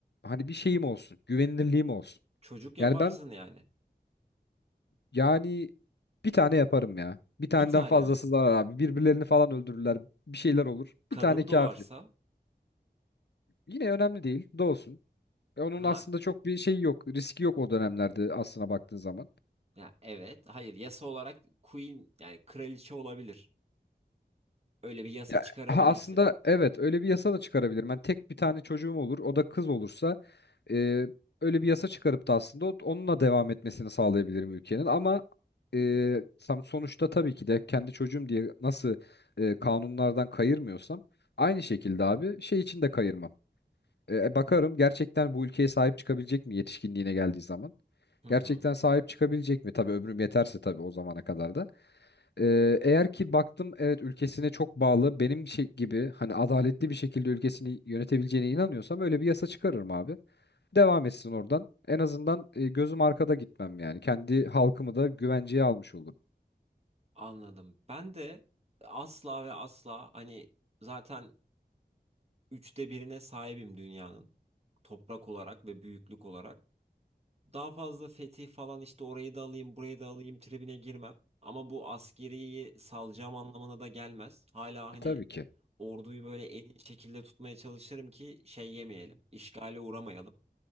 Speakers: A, on the left (about 80°); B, on the right (about 35°).
A: hani bir şeyim olsun, güvenilirliğim olsun.
B: Çocuk yaparsın
A: Yani ben
B: yani.
A: yani bir tane yaparım ya. Bir taneden
B: Bir tane
A: fazlası
B: mi?
A: zarar abi. Birbirlerini falan öldürürler. Bir şeyler olur.
B: Kadın
A: Bir tane kafi.
B: doğarsa?
A: Yine önemli değil. Doğsun. E, Onun
B: Ha
A: aslında çok bir şeyi yok. Riski yok o dönemlerde aslına baktığın zaman.
B: ya evet. Hayır yasa olarak queen yani kraliçe olabilir. Öyle bir yasa
A: Ya
B: çıkarabilirsin.
A: ha, aslında evet öyle bir yasa da çıkarabilirim. Ben tek bir tane çocuğum olur. O da kız olursa e, öyle bir yasa çıkarıp da aslında o- onunla devam etmesini sağlayabilirim ülkenin. Ama e, tam sonuçta tabii ki de kendi çocuğum diye nasıl e, kanunlardan kayırmıyorsam aynı şekilde abi şey için de kayırmam. E, e, bakarım gerçekten bu ülkeye sahip çıkabilecek mi yetişkinliğine geldiği zaman?
B: Hı
A: Gerçekten
B: hı.
A: sahip çıkabilecek mi? Tabii ömrüm yeterse tabii o zamana kadar da. E, eğer ki baktım evet ülkesine çok bağlı benim şey gibi hani adaletli bir şekilde ülkesini yönetebileceğine inanıyorsam öyle bir yasa çıkarırım abi. Devam etsin oradan. En azından e, gözüm arkada gitmem yani. Kendi halkımı da güvenceye almış olurum.
B: Anladım. Ben de asla ve asla hani zaten üçte birine sahibim dünyanın. Toprak olarak ve büyüklük olarak. Daha fazla fetih falan işte orayı da alayım, burayı da alayım tribine girmem. Ama bu askeriyi salacağım anlamına da gelmez. Hala hani
A: E, tabii ki.
B: orduyu böyle en iyi şekilde tutmaya çalışırım ki şey yemeyelim, işgale uğramayalım.